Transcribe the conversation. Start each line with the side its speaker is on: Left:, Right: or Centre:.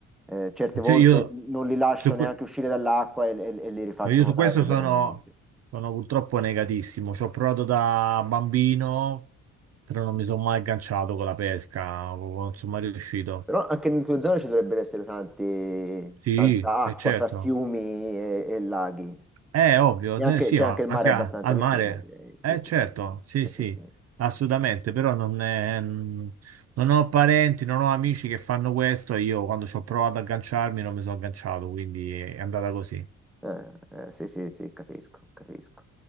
Centre: eh, certe volte
Right: Cioè, io...
Centre: non li lascio
Right: su que-
Centre: neanche uscire dall'acqua e, e e li rifaccio
Right: No, Io
Centre: nuotare
Right: su questo
Centre: liberamente.
Right: sono, sono purtroppo negatissimo. Ci ho provato da bambino, però non mi sono mai agganciato con la pesca, proprio non sono mai riuscito.
Centre: Però anche nelle tue zone ci dovrebbero essere tanti,
Right: Sì,
Centre: tanta
Right: è
Centre: acqua
Right: certo.
Centre: fra fiumi e, e laghi.
Right: È ovvio,
Centre: E anche-
Right: eh, sì,
Centre: c'è
Right: ma
Centre: anche il
Right: anche
Centre: mare abbastanza
Right: a- al
Centre: vicino,
Right: mare.
Centre: direi. Sì,
Right: È
Centre: sì.
Right: certo, sì,
Centre: Sì,
Right: sì,
Centre: sì, sì.
Right: assolutamente, però non è- mm, non ho parenti, non ho amici che fanno questo e io quando ci ho provato ad agganciarmi non mi sono agganciato, quindi è andata così.
Centre: Eh, eh, sì, sì, sì, capisco, capisco.